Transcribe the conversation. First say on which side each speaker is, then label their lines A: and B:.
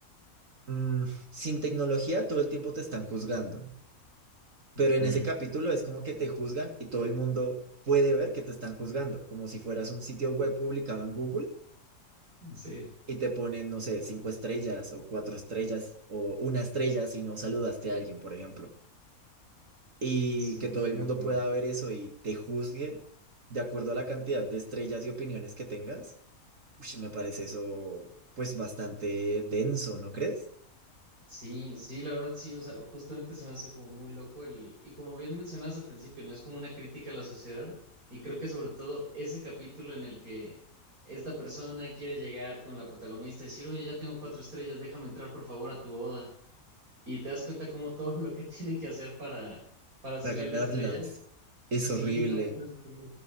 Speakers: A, on the right (about 60°); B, on the right (about 75°).
A: mm, sin tecnología todo el tiempo te están juzgando, pero
B: Ujú.
A: en ese capítulo es como que te juzgan y todo el mundo puede ver que te están juzgando, como si fueras un sitio web publicado en Google
B: Sí,
A: y te ponen, no sé, cinco estrellas o cuatro estrellas o una estrella si no saludaste a alguien, por ejemplo. Y
B: sí,
A: que todo
B: qué
A: el
B: locura.
A: mundo pueda ver eso y te juzgue de acuerdo a la cantidad de estrellas y opiniones que tengas. ush, me parece eso pues bastante denso, ¿no crees?
B: Sí, sí, la verdad sí, o sea, justamente se me hace como muy loco el, y como bien mencionabas al principio, ¿no? Es como una crítica a la sociedad y creo que sobre todo ese capítulo en el que esta persona quiere llegar con la protagonista y decir, oye, ya tengo cuatro estrellas, déjame entrar por favor a tu boda y te das cuenta como todo lo que <laughs> tiene que hacer para, para subir
A: Para ganarlas
B: de estrella.
A: es
B: Sí,
A: horrible.
B: no, entonces, sí,